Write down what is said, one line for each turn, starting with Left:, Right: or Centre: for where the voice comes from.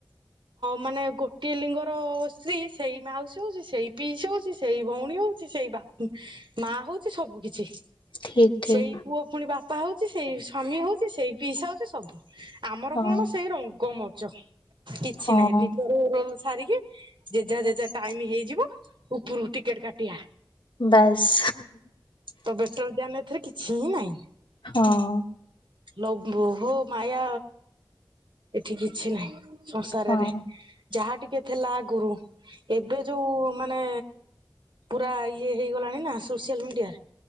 Right: ମାନେ ଗୋଟିଏ ଲିଙ୍ଗ ର ସ୍ତ୍ରୀ ସେଇ ମାଉସୀ ହଉଛି ସେଇ ପିଇସ ହଉଛି ସେଇ ଭଉଣୀ ହଉଛି ସେଇ ବାପ ମା ହଉଛି ସବୁ କିଛି।
Left: ଠିକ ଠିକ
Right: ସେଇ ପୁଅ ପୁଣି ବାପା ହଉଛି ସେଇ ସ୍ଵାମୀ ହଉଛି ସେଇ ପିଇସା ହଉଛି ସବୁ। ଆମର
Left: ହଁ
Right: କଣ ସେଇ ରଙ୍ଗମଚ କିଛି
Left: ହଁ
Right: ନାହିଁ ନିଜର ରୋଲ୍ ସାରିକି ଯେଝା ଯେଝା ଟାଇମ ହେଇଯିବ ଉପରକୁ ଟିକେଟ କାଟିବା।
Left: ବାସ୍
Right: ତ ବେଟ୍ରୋଲ ବ୍ୟାନ ଏଥିରେ କିଛି ନାହିଁ।
Left: ହଁ
Right: ଲବୋହୋ ମାୟା ଏଠି କିଛି ନାହିଁ। ସଂସାରରେ
Left: ହଁ
Right: ଯାହା ଟିକେ ଥିଲା ଆଗୁରୁ ଏବେ ଯୋଉ ମାନେ ପୁରା ଇଏ ହେଇଗଲାଣି ନା ସୋସିଆଲ ମିଡ଼ିଆ